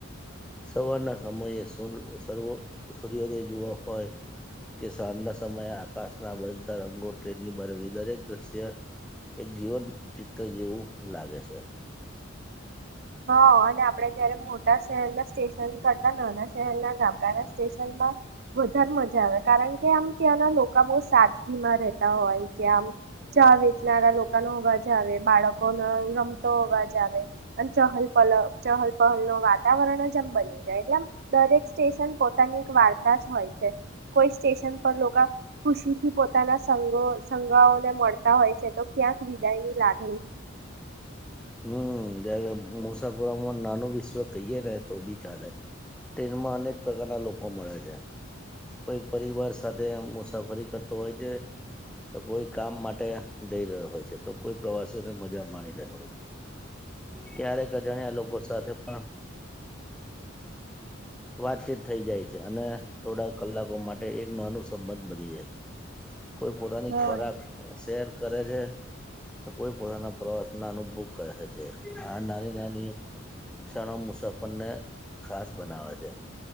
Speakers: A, in the centre; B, on the right.
A: સવારના સમયે સર્વ સૂર્યોદય જોવા હોય કે શવારના સમયે આકાશના બદલતા રંગો ટ્રેનની બ દરેક દ્રશ્ય એક જીવન ચિત્ર જેવું લાગે છે.
B: હા અને આપડે જયારે મોટા શહેરના સ્ટેશન કરતા નાના શહેરના ગામડાના સ્ટેશનમાં વધારે મજા આવે કારણ કે આમ ત્યાંના લોકો બહ સાદગીમાં રહેતા હોય કે આમ ચા વેચનારા લોકોનો અવાજ આવે બાળકોનો રમતો અવાજ આવે. ચહલપલ ચહલ પહલ ન વાતાવરણ જ આમ બની રહે એટલે આમ દરેક સ્ટેશન પોતાની એક વાર્તા જ હોય છે કોઈ સ્ટેશન પર લોકો ખુશીથી પોતાના સઘો સઘાઓને મળતા હોય છે તો ક્યાંક વિદાયની લાગે.
A: હમ જગ મુસાફરોમાં નાનું વિશ્વ કહીયએ ને તો બી ચાલે ટ્રેનમાં અનેક પ્રકારના લોકો મળે છે કોઈ પરિવાર સાથે મુસાફરી કરતો હોય છે તો કોઈ કામ માટે જઈ રહ્યો હોય છે તો કોઈ પ્રવાસ મજા માણી રહ હોય છે ક્યારેક અજાણ્યા લોકો સાથે પણ વાતચીત થઈ જાય છે અને થોડા કલાકો માટે એક નાનું સંબંધ બની જાય છે. કોઈ પોતાની
B: હોય
A: ખોરાક શેર કરે છે. અ <unintelligible> કોઈ પોતાના પ્રવાસ ના અનુભવ કરે છે આ નાની નાની ક્ષણો મુસાફરને ખાસ બનાવે છે.